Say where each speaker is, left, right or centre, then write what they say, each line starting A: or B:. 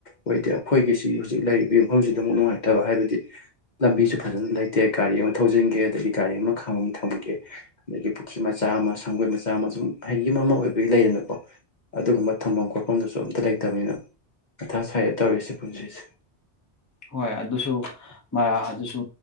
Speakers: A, on the left; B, on the left.
A: ꯑꯣꯏꯗꯦ ꯑꯩꯈꯣꯏꯒꯤꯁꯤ ꯍꯧꯖꯤꯛ ꯂꯩꯔꯤꯕ ꯌꯨꯝꯐꯝꯁꯤꯗ ꯑꯃꯨꯛ ꯅꯨꯡꯉꯥꯏꯇꯕ ꯍꯥꯏꯕꯗꯤ ꯂꯝꯕꯤꯁꯨ ꯐꯖꯅ ꯂꯩꯇꯦ ꯒꯥꯔꯤ ꯑꯃ ꯊꯧꯖꯤꯟꯒꯦ ꯑꯗꯒꯤ ꯒꯥꯔꯤ ꯑꯃ ꯈꯥꯝꯃꯝ ꯊꯝꯒꯦ ꯑꯗꯒꯤ ꯄꯨꯈ꯭ꯔꯤ ꯃꯆꯥ ꯑꯃ ꯁꯪꯒꯣꯏ ꯃꯆꯥ ꯑꯃ ꯁꯨꯝ ꯍꯥꯏꯗꯤ ꯌꯨꯝ ꯑꯃ ꯑꯣꯏꯕꯒꯤ ꯂꯩꯗꯅꯀꯣ ꯑꯗꯨꯒꯨꯝꯕ ꯊꯝꯐꯝ ꯈꯣꯠꯐꯝꯗꯨꯁꯨ ꯑꯝꯇ ꯂꯩꯇꯕꯅꯤꯅ ꯃꯊꯥ ꯁ꯭ꯋꯥꯏꯗ ꯇꯧꯔꯤꯁꯦ ꯄꯨꯟꯁꯤꯁꯦ
B: ꯍꯣꯏ ꯑꯗꯨꯁꯨ ꯑꯗꯨꯁꯨ